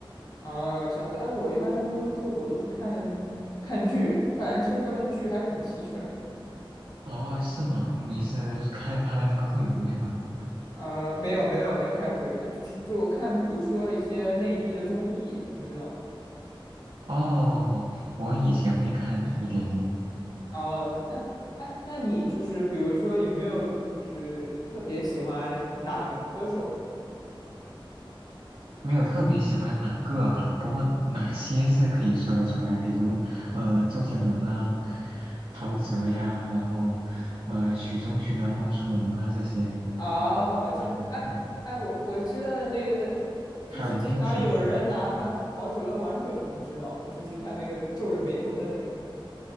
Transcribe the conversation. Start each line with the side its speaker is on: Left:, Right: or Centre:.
Left: 啊，这样子，哎，我一般用 YouTube 我都是看看剧，我感觉这上面剧还挺齐全的。
Right: 哦，是吗？你是开了他的那个会员对吧？
Left: 呃，没有没有没有开会员，就是我看，比如说一些内地的综艺，你知道吗？
Right: 哦，我以前会看一点点，
Left: 哦，那哎，那你就是比如说有没有就是特别喜欢哪个歌手呢？
Right: 没有特别喜欢哪个吧，不过哪些是可以说得出来，比如呃周杰伦啊、陶喆呀，然后呃许嵩、徐良、汪苏泷啊这些，
Left: 哦，
Right: 嗯，知道吗？
Left: 这样，哎哎，
Right: 嗯，
Left: 我我知道那个，
Right: 还有林俊杰。
Left: 就是经常有人拿陶喆玩梗，你知道吗？就是他那个皱着眉头的那个。